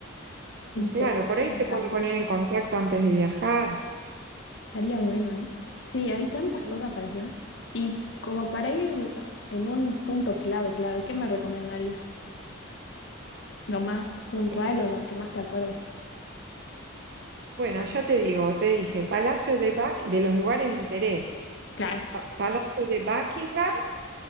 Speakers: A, on the left (about 55°); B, on the right (about 50°).
A: <laughs> en
B: Y claro,
A: televisión
B: por ahí se
A: también.
B: pueden poner en contacto antes de viajar,
A: Estaría bueno, ¿eh? Sí, hay tantas
B: ¿sí?
A: cosas para hacer. Y como para ir en un punto clave, clave, ¿qué me recomendarías? ¿Lo más puntual
B: En-
A: o lo que más te acuerdes?
B: bueno, ya te digo, te dije, Palacio de Buck, de los lugares de interés.
A: Claro,
B: Pa- Palacio de Buckingham,